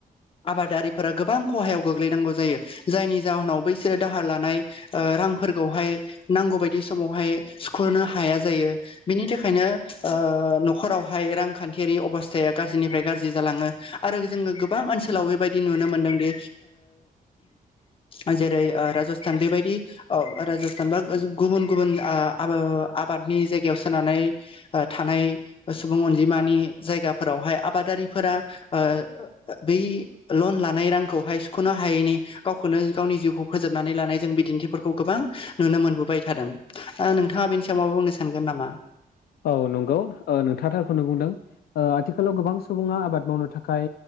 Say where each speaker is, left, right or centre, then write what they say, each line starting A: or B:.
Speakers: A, on the left; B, on the left.
A: आबादारिफोरा गोबां खहायाव गोग्लैनांगौ जायो जायनि जाहोनाव बैसोरो दाहार लानाय ओ रांफोरखौहाय नांगौ बायदि समावहाय सुखनो हाया जायो बिनि थाखायनो ओ नखरावहाय रां खान्थियारि अबस्थाया गाज्रिनिफ्राय गाज्रि जालाङो आरो जोङो गोबां ओनसोलाव बेबायदि नुनो मोनदोंदि ओ जेरै ओ राजस्थान बेबायदि अ राजस्थान बा ओ आ बा गुबुन गुबुन आ आब आबादनि जायगायाव सोनानै ओ थानाय सुबुं अन बिमानि जायगाफोरावहाय आबादारिफोरा ओ बै लन लानाय रांखौहाय सुखनो हायैनि गावखौनो गावनि जिउखौ फोजोबनानै लानाय जों बिदिन्थिफोरखौ गोबां नुनो मोनबोबाय थादों ओ नोंथाङा बेनि सायाव मा बुंनो सा सानगोन नामा
B: औ नंगौ ओ नोंथाङा थारखौनो बुंदों ओ आथिखालाव गोबां सुबुङा आबाद मावनो थाखाय